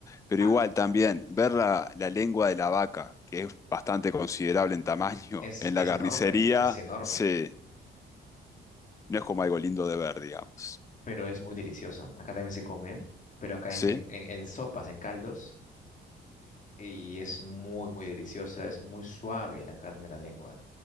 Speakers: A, on the left (about 15°); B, on the left (about 40°).
A: Pero
B: Ah,
A: igual también, ver la, la lengua de la vaca, que es bastante considerable en tamaño,
B: es,
A: en
B: es
A: la carnicería,
B: enorme, es enorme.
A: sí. No es como algo lindo de ver, digamos.
B: pero es muy deliciosa. Acá también se come, pero acá
A: ¿Sí?
B: es en, en- en sopas, en caldos, y es muy, muy deliciosa, es muy suave la carne de la lengua.